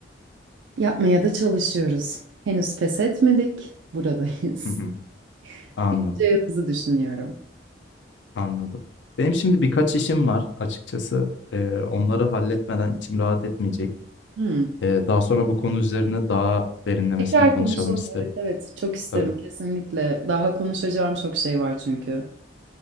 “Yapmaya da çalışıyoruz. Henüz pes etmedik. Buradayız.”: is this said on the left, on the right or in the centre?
Right